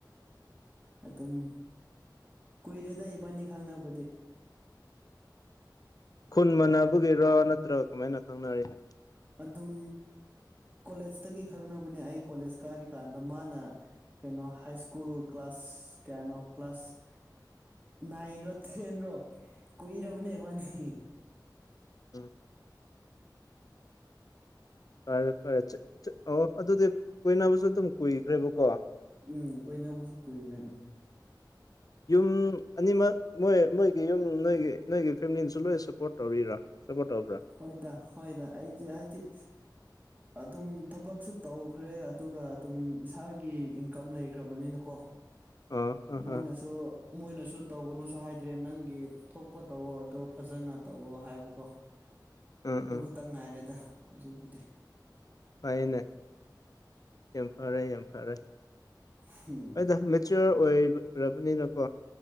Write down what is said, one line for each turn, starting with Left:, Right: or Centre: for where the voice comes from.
Right: ꯑꯗꯨꯝ ꯀꯨꯏꯔꯦꯗ ꯏꯕꯥꯅꯤ ꯈꯪꯅꯕꯗꯤ
Left: ꯈꯨꯟ ꯃꯥꯟꯅꯕꯒꯤꯔꯣ ꯅꯠꯇ꯭ꯔꯒ ꯀꯃꯥꯏꯅ ꯈꯪꯅꯔꯤꯅꯣ
Right: ꯑꯗꯨꯝ ꯀꯣꯂꯦꯖꯇꯒꯤ ꯈꯪꯅꯕꯅꯦ ꯑꯩ ꯀꯣꯂꯦꯖ ꯀꯥꯔꯤꯀꯥꯟꯗ ꯃꯥꯅ ꯀꯩꯅꯣ ꯍꯥꯏ ꯁ꯭ꯀꯨꯜ ꯀ꯭ꯂꯥꯁ ꯀꯌꯥꯅꯣ ꯀ꯭ꯂꯥꯁ ꯅꯏꯟ ꯔꯣ ꯇꯦꯟ ꯔꯣ ꯀꯨꯏꯔꯕꯕꯨꯅꯦ ꯋꯥꯅꯤ
Left: ꯎꯝ ꯐꯔꯦ ꯐꯔꯦ ꯑꯣ ꯑꯗꯨꯗꯤ ꯀꯨꯏꯅꯕꯁꯨ ꯑꯗꯨꯝ ꯀꯨꯏꯈ꯭ꯔꯦꯕꯀꯣ
Right: ꯎꯝ ꯀꯨꯏꯅꯕꯁꯨ ꯀꯨꯏꯔꯦ ꯎꯝ
Left: ꯌꯨꯝ ꯑꯅꯤꯃꯛ ꯃꯣꯏ ꯃꯣꯏꯒꯤ ꯌꯨꯝ ꯅꯣꯏꯒꯤ ꯅꯣꯏꯒꯤ ꯐꯦꯃꯤꯂꯤꯅꯁꯨ ꯂꯣꯏ ꯁꯞꯄꯣꯔꯠ ꯇꯧꯔꯤꯔꯣ ꯁꯄꯣ ꯇꯔꯕ꯭ꯔꯥ
Right: ꯍꯣꯏꯗ ꯍꯣꯏꯗ ꯑꯩꯗꯤ ꯍꯥꯏꯗꯤ ꯑꯗꯨꯝ ꯊꯕꯛꯁꯨ ꯇꯧꯈ꯭ꯔꯦ ꯑꯗꯨꯒ ꯑꯗꯨꯝ ꯏꯁꯥꯒꯤ ꯏꯟꯀꯝ ꯂꯩꯈ꯭ꯔꯕꯅꯤꯅꯀꯣ
Left: <inaudible> ꯑꯥ
Right: ꯃꯣꯏꯅꯁꯨ ꯃꯣꯏꯅꯁꯨ ꯇꯧꯒꯅꯨꯁꯨ ꯍꯥꯏꯗ꯭ꯔꯦ ꯅꯪꯒꯤ ꯊꯣꯛꯄ ꯇꯧꯋꯣ ꯑꯗꯣ ꯐꯖꯅ ꯇꯧꯋꯣ ꯍꯥꯏꯕꯀꯣ
Left: ꯎꯝ
Right: ꯑꯗꯨ ꯈꯛꯇꯪ
Left: ꯎꯝ
Right: ꯉꯥꯏꯔꯦꯗ ꯍꯧꯖꯤꯛꯄꯨꯗꯤ
Left: ꯐꯥꯏꯅꯦ ꯌꯥꯝ ꯐꯔꯦ ꯌꯥꯝ ꯐꯔꯦ
Right: ꯍꯝ
Left: ꯑꯩꯅ ꯃꯦꯆꯌꯣꯔ ꯑꯣꯏꯔꯕꯅꯤꯅꯀꯣ